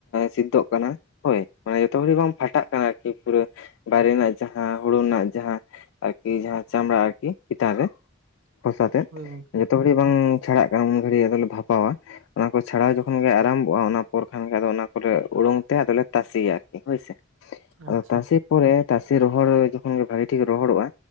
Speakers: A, on the left; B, on the right.
A: ᱥᱤᱫᱽᱫᱚᱜ ᱠᱟᱱᱟ, ᱦᱳᱭ ᱢᱟᱱᱮ ᱡᱚᱛᱚ ᱜᱷᱚᱲᱤ ᱵᱟᱝ ᱯᱷᱟᱴᱟᱜ ᱠᱟᱱᱟ, ᱟᱨᱠᱤ ᱯᱩᱨᱟᱹ ᱵᱟᱭᱨᱮ ᱨᱮᱱᱟᱜ, ᱡᱟᱦᱟᱸ ᱦᱳᱲᱳ ᱨᱮᱱᱟᱜ, ᱡᱟᱦᱟᱸ ᱟᱨᱠᱤ, ᱡᱟᱦᱟᱸ ᱪᱟᱢᱲᱟ, ᱟᱨᱠᱤ ᱪᱮᱛᱟᱱ ᱨᱮ ᱠᱷᱚᱥᱟ ᱛᱮᱫ,
B: ᱦᱳᱭ ᱜᱚᱝᱠᱮ
A: ᱡᱷᱚᱛᱚ ᱜᱷᱟᱹᱲᱤᱡ ᱵᱟᱝ ᱪᱷᱟᱲᱟᱜ ᱠᱟᱱᱟ, ᱩᱱ ᱜᱷᱟᱹᱲᱤᱡ ᱟᱫᱚᱞᱮ ᱵᱷᱟᱯᱟᱣᱟ ᱚᱱᱟ ᱠᱚ ᱪᱷᱟᱲᱟᱣ ᱡᱚᱠᱷᱚᱱ ᱜᱮ, ᱟᱨᱟᱢᱵᱷᱚᱜᱼᱟ, ᱚᱱᱟ ᱯᱚᱨ ᱠᱷᱟᱱ ᱜᱮ, ᱚᱱᱟ ᱠᱚᱞᱮ ᱳᱰᱳᱝ ᱛᱮ, ᱟᱫᱚ ᱞᱮ ᱛᱟᱥᱮᱭᱟ ᱟᱨᱠᱤ, ᱦᱳᱭ ᱥᱮ ᱟᱫᱚ,
B: ᱟᱪᱪᱷᱟ
A: ᱛᱟᱥᱮ ᱯᱚᱨᱮ, ᱛᱟᱥᱮ ᱨᱚᱦᱚᱲ ᱡᱚᱠᱷᱚᱱ ᱜᱮ, ᱵᱷᱟᱜᱤ ᱴᱷᱤᱠ ᱨᱚᱦᱚᱲᱚᱜᱼᱟ